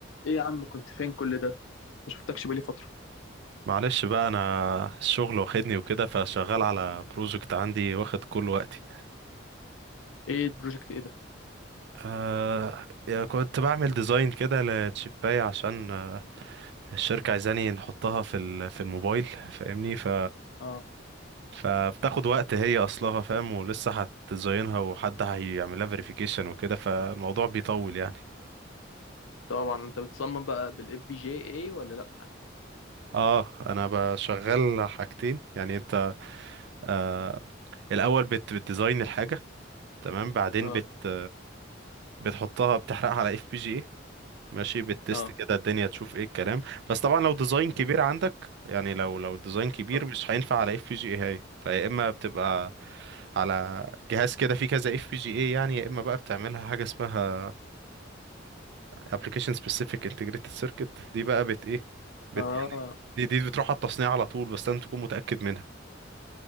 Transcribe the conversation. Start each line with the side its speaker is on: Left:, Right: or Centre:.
Left: ايه يا عم كنت فين كل ده ما شفتكش بقالي فترة
Right: معلش بقى انا الشغل واخدني وكده فشغال على بروجكت عندي واخد كل وقتي
Left: ايه البروجكت ايه ده
Right: آه يا كنت بعمل ديزاين كده لتشيباية عشان آه، الشركة عايزاني نحطها في ال- في الموبايل فاهمني ف
Left: اه
Right: فبتاخد وقت هي اصلها فاهم ولسه هتديزاينها وحد هيعملها فيريفيكيشن وكده فالموضوع بيطول يعني
Left: طبعا انت بتصمم بقى بالاف بي جي ايه ولا لا
Right: اه انا بشغل حاجتين يعني انت آه الاول بت بتديزاين الحاجة تمام بعدين
Left: اه
Right: بت بتحطها بتحرقها على اف بي جي ماشي بالتست
Left: اه
Right: كده الدنيا تشوف ايه الكلام بس طبعا لو ديزاين كبير
Left: مم.
Right: عندك يعني لو لو ديزاين كبير
Left: اه
Right: مش هينفع على اف بي جي اي هاي فيا اما بتبقى على جهاز كده فيه كذا اف بي جي اي يعني يا اما بقى بتعملها حاجه اسمها ابلكيشن سبيسيفيك انتجريتد سيركت دي بقى بت ايه بت
Left: اه
Right: يعني دي دي بتروح على التصنيع على طول بس لازم تكون متاكد منها